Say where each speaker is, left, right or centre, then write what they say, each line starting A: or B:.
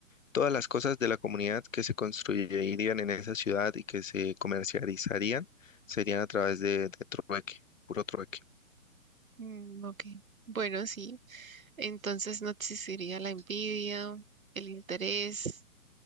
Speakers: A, on the left; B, on the right.
A: todas las cosas de la comunidad que se construirían en esa ciudad y que se comercializarían serían a través de, de trueque, puro trueque.
B: mm, ok. Bueno, sí. Entonces no existiría la envidia, el interés.